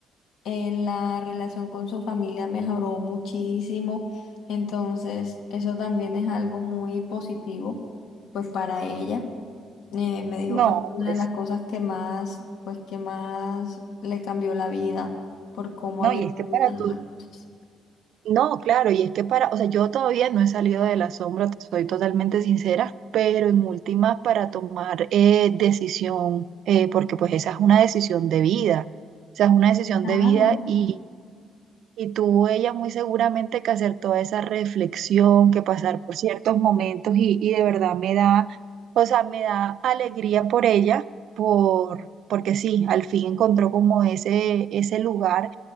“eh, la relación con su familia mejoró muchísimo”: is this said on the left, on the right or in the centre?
Left